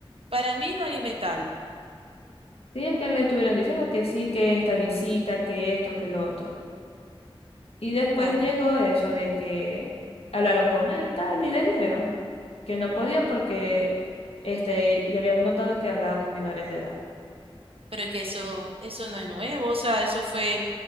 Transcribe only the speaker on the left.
Sí, es que le estuvieron diciendo que sí, que en esta visita, que esto, que lo otro. Y después
llegó eso de que hablaron con él, tal, y le dijeron que no podía porque este, ya habían notado que hablaba con menores de edad.